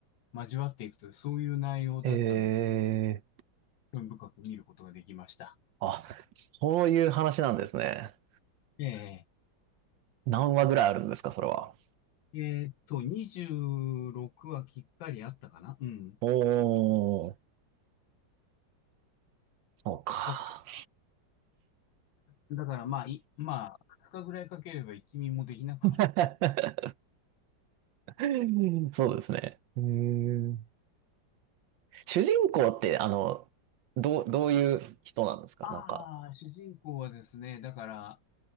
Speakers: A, on the left; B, on the right.
A: う、交わっていくという、そういう内容だったので、
B: ん。えー、
A: 興味深く見ることができました。
B: あ、そういう話なんですね。
A: ええ
B: 何話ぐらいあるんですか、それは。
A: えーっと、26はきっかりあったかなうん。
B: おー。そうか。
A: だから、だからまあ、い、まあ、2日ぐらいかければ一気もできなくはない。
B: <laughs> うんそうですね。うーん主人公って、あの、どう、どういう人なんですかなんか。
A: ああ、主人公はですね、だから、